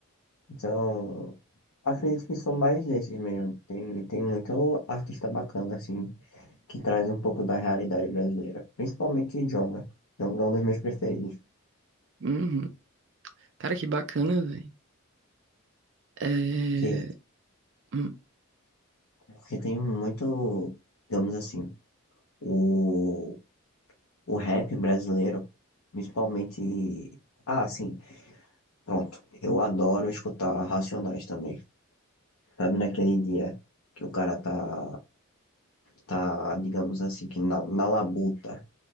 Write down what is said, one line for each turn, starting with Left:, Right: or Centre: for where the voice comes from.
Left: Então, acredito que são mais desses mesmo. Tem, tem muito artista bacana, assim, que traz um pouco da realidade brasileira, principalmente Djonga. Djonga é um dos meus preferidos.
Right: Uhum. Cara, que bacana, velho. É...
Left: Que
Right: hum,
Left: Porque tem muito, digamos assim, o, o rap brasileiro, principalmente. Ah, sim, pronto. Eu adoro escutar Racionais também. Sabe, naquele dia que o cara tá, tá digamos assim, que na, na labuta,